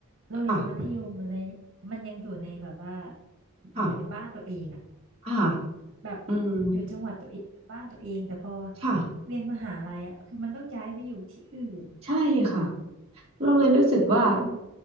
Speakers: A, on the right (about 60°); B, on the right (about 30°).
A: เราเรียนมัธยมมันเลยมันยังอยู่ในแบบว่า
B: อ่ะค่ะ
A: อยู่ในบ้านตัวเองอ่ะ
B: อ่ะ
A: แบบ
B: อืม
A: อยู่จังหวัดตัวเองอยู่บ้านตัวเอง แต่พอ
B: ค่ะ
A: เรียนมหาลัยอ่ะคือมันต้องย้ายไปอยู่ที่อื่น
B: ใช่ค่ะเราเลยรู้สึกว่า
A: เออมัน